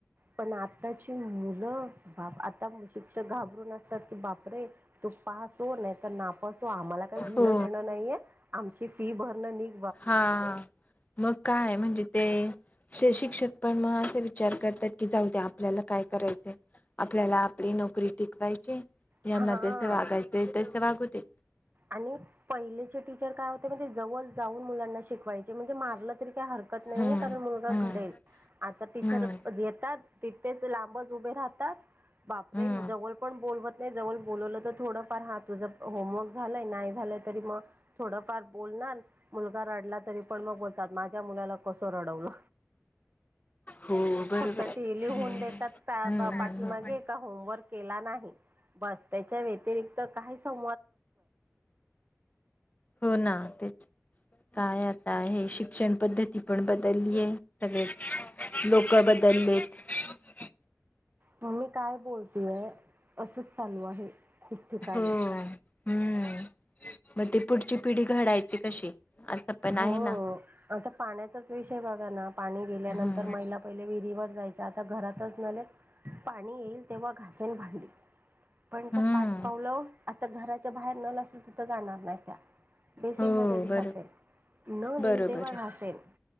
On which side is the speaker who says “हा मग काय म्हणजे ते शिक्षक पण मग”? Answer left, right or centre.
Left